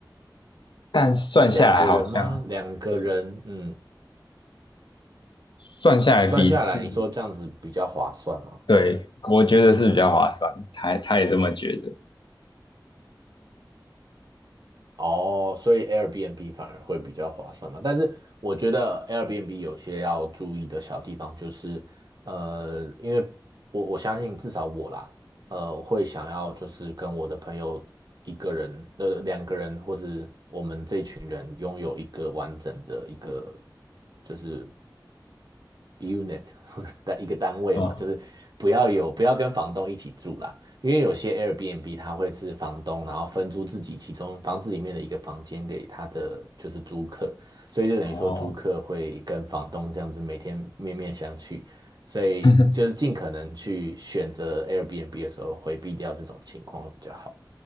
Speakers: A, on the left; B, on the right.
A: 但算下来好像对，
B: 两个人吗？两个人，嗯，
A: 算下来比住
B: 算下来，你说这样子比较划算吗？
A: 对，我觉得是比较划算，他他也这么觉得。
B: 哦，所以 Airbnb 反而会比较划算嘛。但是我觉得 Airbnb 有些要注意的小地方就是，呃，因为我我相信至少我啦，呃，会想要就是跟我的朋友一个人，呃，两个人，或是我们这群人拥有一个完整的一个就是 unit <laughs> 的一个单位嘛，
A: 嗯，
B: 就是不要有不要跟房东一起住啦，因为有些 Airbnb 它会是房东，然后分租自己其中房子里面的一个房间给他的就是租客，所以就等于说租客会跟房东这样子每天面面相觑，
A: 哦，
B: 所以就是尽可能去选择
A: <laughs>
B: Airbnb 的时候回避掉这种情况会比较好。